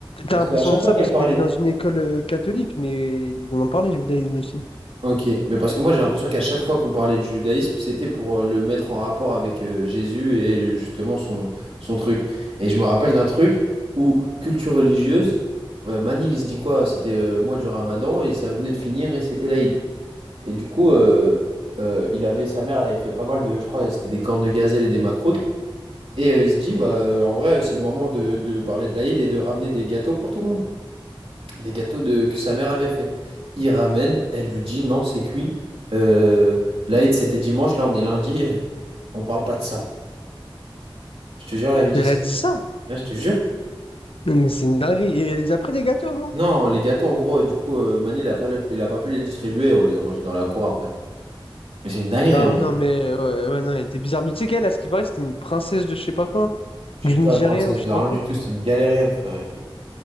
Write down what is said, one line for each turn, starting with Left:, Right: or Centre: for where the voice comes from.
Left: t'as
Right: Parce
Left: l'impression
Right: qu'à chaque
Left: de
Right: fois
Left: ça
Right: qu'elle
Left: parce
Right: parlait.
Left: que t'étais dans une école euh, catholique, mais ils en ont parlé, judaïsme aussi.
Right: Ok, mais parce que moi j'ai l'impression qu'à chaque fois qu'on parlait du judaïsme, c'était pour euh, le mettre en rapport avec euh, Jésus et euh, justement son, son truc. Et je me rappelle d'un truc où culture religieuse, euh, Manil il se dit quoi? C'était euh, mois du Ramadan et ça venait de finir et c'était l'Aïd. Et du coup, euh, euh, il avait sa mère, elle avait fait pas mal de, je crois, c'était des cornes de gazelle et des macroutes. Et euh, il se dit, bah euh, en vrai, c'est le moment de, de parler de l'Aïd et de ramener des gâteaux pour tout le monde des gâteaux de, que sa mère avait fait. Il ramène, elle lui dit non, c'est cuit. Euh, l'Aïd, c'était dimanche, là on est lundi, <laughs> euh, on parle pas de ça. Je te jure, elle avait dit
Left: Elle
Right: ça.
Left: a dit ça?
Right: Ouais, je te jure.
Left: Non, mais c'est une dinguerie. Et elle les a pris des gâteaux, moi.
Right: Non, les gâteaux, en gros, euh, du coup, euh, Mani, il a pas, le- il a pas pu les distribuer et on les a mangés dans la cour après. Mais c'est une dinguerie
Left: Ah
Right: en vrai.
Left: non, mais ouais, ouais, non, elle était bizarre. Mais tu sais qu'elle, à ce qui paraît, c'était une princesse de je sais pas quoi,
Right: Je
Left: du
Right: sais pas,
Left: Nigeria
Right: princesse
Left: ou je
Right: de
Left: sais pas
Right: rien
Left: quoi.
Right: du tout, c'était une galérienne, frère. elle.